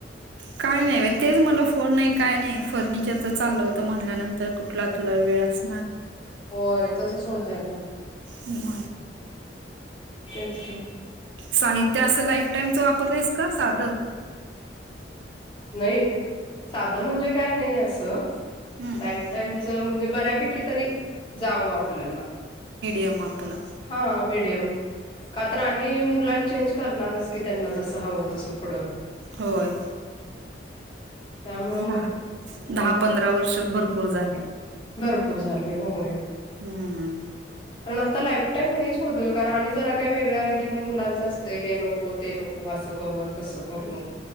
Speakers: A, on the right; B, on the left.
A: काय नाय तेच म्हटलं फोन नाय काय नाही. फर्निचरच चालल होतं म्हणल्यानंतर कुठला तुला वेळ असणार.
B: होय तसंच होतय अग.
A: म
B: तेच की
A: साहित्य असं लाईफ टाईमच वापरलंईस का साध
B: नाही साधं म्हणजे काय नाही असं
A: हम्म
B: लाईफ टाईमच म्हणजे बऱ्यापैकी तरी जावं आपल्याला
A: ते मापूला.
B: हा मीडियम का तर आणि मुलां चेंज करणारच की त्यांना जसं हवं तसं पुढं.
A: होय.
B: त्यामुळं
A: दहा
B: मग
A: दहा पंधरा वर्ष भरपूर झाले.
B: भरपूर झाले होय.
A: हम्म.
B: कारण आता लाईफ टाईम नाहीच होतं कारण आणि जरा काय वेगळं आलं की मुलांचं असतं हे नको हो ते नको असं करू आणि तसं करू.